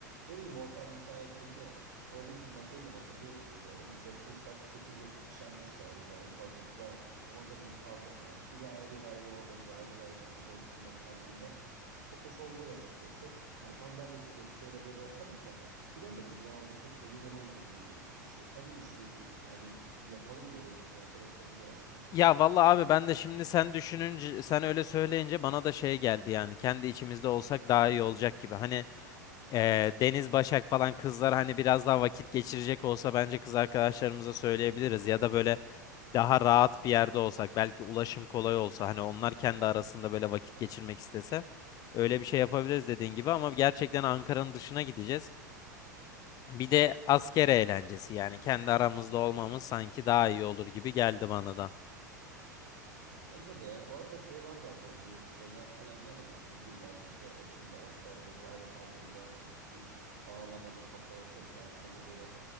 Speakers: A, on the right; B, on the left.
A: ne bileyim ortam müsait mi bir de oradaki masayı da hatırlıyorsunuz yani o masaya sığsak sekiz dokuz kişi anca sığarız yani fazlası da o masa bizi kaldırmaz. Biri ayrı gayrı orada, biri ayrı gayrı şurada oturma tarzında. Çok hoş olmaz açıkçası. Ha, sandalye çekeriz, şöyle böyle yaparız da. Bilemedim ya onu çok emin olamadım yani açıkçası. Sen ne düşünüyorsun? Yani yapalım mı böyle bir şey? Kız Arkadaşlarımız gelsin mi?
B: Ya vallahi abi ben de şimdi sen düşününce sen öyle söyleyince bana da şey geldi yani kendi içimizde olsak daha iyi olacak gibi. Hani eee, Deniz Başak falan kızlar hani biraz daha vakit geçirecek olsa bence kız arkadaşlarımıza söyleyebiliriz ya da böyle daha rahat bir yerde olsak belki ulaşım kolay olsa hani onlar kendi arasında böyle vakit geçirmek istese öyle bir şey yapabiliriz dediğin gibi ama gerçekten Ankara'nın dışına gideceğiz. Bir de asker eğlencesi yani kendi aramızda olmamız sanki daha iyi olur gibi geldi bana da.
A: Bence de ya. Bu arada şey var bende bu şeyler falan var ya bu figürler işte o şimdi asker vesaire tarzında bu bağlamalı kafaya sırta atmalı böyle